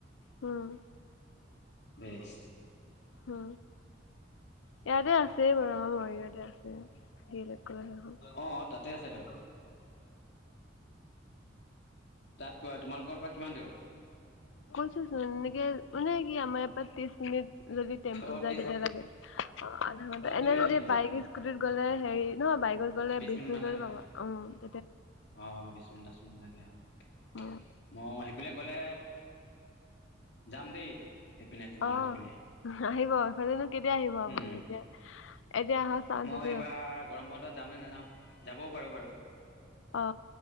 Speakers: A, on the left; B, on the left.
A: হম,
B: দে <unintelligible>
A: উ ইয়াতে আছে বাৰ আমাৰ <unintelligible> তে আছে দখ <unintelligible>
B: অ তাতে আছে তো, তাত কোৱা তোমালোকৰ পৰা কিমান দূৰ?
A: কৈছোচোন উনে কি আমাৰ <unintelligible> যদি <unintelligible>
B: অ
A: যায়
B: ত্ৰিছ
A: তেতিয়া লাগে অ আধা ঘন্টা
B: অলপ
A: এনে
B: দূৰেইচোন
A: যদি
B: নহ'লে
A: বাইক স্কুটিত গ'লে হেৰি <unintelligible> বাইকত গলে
B: বিছ
A: <unintelligible>
B: মিনিটমান লাগে
A: পাব উ।
B: অ বিশ মিনিট দহ মিনিট লাগে আৰু,
A: উম
B: মই সেই বোলে গলে যাম দেই সেইপিনে তোমালোকৰ
A: অ',
B: পিনে
A: আহিব এইফালেনো কেতিয়া আহিব আপুনি
B: উম
A: এতিয়া? এতিয়া অহা চান্স
B: মই
A: আছে
B: এইবাৰ
A: জানো?
B: গৰম বন্ধত যাম নে নাযাওঁ? যাবও পাৰো বাৰু।
A: অ